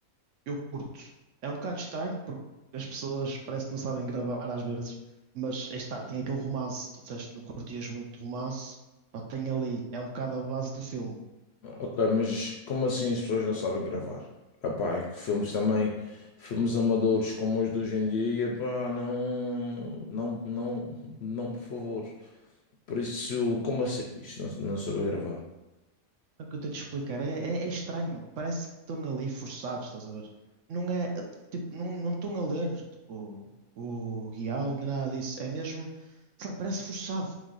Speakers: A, on the right; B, on the left.
A: eu curto. É um bocado estranho porque as pessoas parece que não sabem gravar às vezes, mas aí está, tem aquele romance. Tu disseste que não curtias muito de romance, pá, tem ali, é um bocado a base do filme.
B: Ok, mas como assim as pessoas não sabem gravar? Epá, é que filmes também, filmes amadores como os de hoje em dia, epá, não, não, não, não, por favor. Por isso, como assim? Isto não, não saber gravar.
A: É o que eu estou a te explicar. É, é, é estranho. Parece que estão ali forçados, estás a ver? Não é, tipo, não, não estão a ler, tipo, o guião, nem nada disso. É mesmo, sei lá, parece forçado.